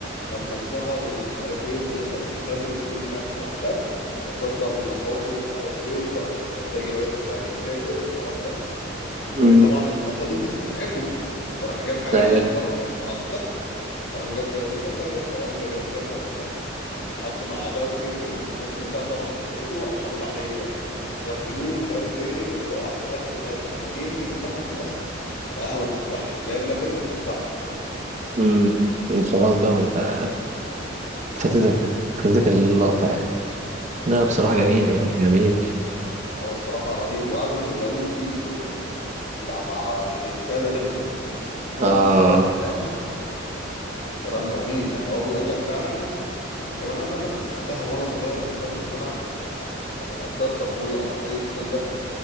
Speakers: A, on the left; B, on the right.
A: لما اتشهر ومش عارف ايه والناس بقت تهابه وكله بيعمل له حساب فكبر نشاطه ومش عارف ايه وبقى مش بلطجي بس بقى بيتاجر والكلام ده وطبعا
B: مم.
A: النقطة دي مش هتسعفه فراح جاب حاجة
B: ايوه
A: أكبر وأخطر طبعا جاب إذا كان بقى جاب طبنجة جاب كذا وبتاع لحد ما أعدائه كتروا والناس كلها طبعا كرهته قاموا عملوا عليه يعني غفلوه مش عارف ايه وراح وفي الآخر مات ولما جه يمسك المطوة في الآخر لقاها ما بتفتحش اللي هي في الآخر مش هتنفعك
B: امم خلاص بقى ما انت فاتتك فاتتك اللقطة يعني لا
A: بالظبط
B: بصراحة جميل يعني جميل
A: هو الصراحة رهيب وأغلى من الياقوت دي اللي, اللي بع- يعني رسالة لابنه
B: اه
A: لا لا فيها كلام كلام رهيب يعني هو بيقول لك فعلا وكمان أنا لما سمعتها وأنا صغير أنا مش هقول لك إن أنا حب يعني قدرت أبويا أو أي الكلام ده